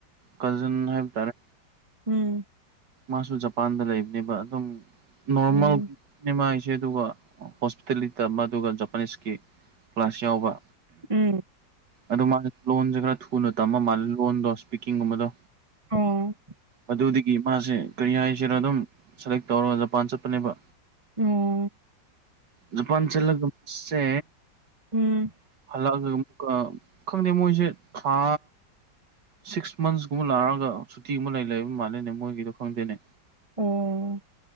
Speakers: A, on the right (about 65°); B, on the right (about 15°).
A: ꯀꯖꯟ ꯍꯥꯏꯕ ꯇꯥꯔꯦ
B: ꯎꯝ
A: ꯃꯥꯁꯨ ꯖꯄꯥꯟꯗ ꯂꯩꯕꯅꯦꯕ ꯑꯗꯨꯝ ꯅꯣꯔꯃꯦꯜꯅꯦ
B: ꯎꯝ
A: ꯃꯥꯒꯤꯁꯦ ꯑꯗꯨꯒ ꯍꯣꯁꯄꯤꯇꯥꯂꯤꯇꯤ ꯇꯝꯕ ꯑꯗꯨꯒ ꯖꯄꯥꯅꯤꯁꯀꯤ ꯀ꯭ꯂꯥꯁ ꯌꯥꯎꯕ
B: ꯎꯝ
A: ꯑꯗꯣ ꯃꯥꯁ ꯂꯣꯟꯁꯦ ꯈꯔ ꯊꯨꯅ ꯇꯝꯃ ꯃꯥꯜꯂꯦ ꯂꯣꯟꯗꯣ ꯏꯁꯄꯤꯀꯤꯡꯒꯨꯝꯕꯗꯣ
B: ꯑꯣ
A: ꯑꯗꯨꯗꯒꯤ ꯃꯥꯁꯦ ꯀꯔꯤ ꯍꯥꯏꯁꯤꯔ ꯑꯗꯨꯝ ꯁꯦꯂꯦꯛ ꯇꯧꯔꯒ ꯖꯄꯥꯟ ꯆꯠꯄꯅꯦꯕ
B: ꯎꯝ
A: ꯖꯄꯥꯟ ꯆꯠꯂꯒꯨꯝꯁꯦ
B: ꯎꯝ
A: ꯍꯜꯂꯛꯑꯒ ꯑꯃꯨꯛ ꯈꯪꯗꯦ ꯃꯣꯏꯁꯦ ꯊꯥ ꯁꯤꯛꯁ ꯃꯟꯁꯀꯨꯝꯕ ꯂꯥꯛꯑꯒ ꯁꯨꯇꯤꯒꯨꯝꯕ ꯂꯩꯕ ꯃꯥꯜꯂꯤꯅꯦ ꯃꯣꯏꯒꯤꯗꯣ ꯈꯪꯗꯦꯅꯦ
B: ꯎꯝ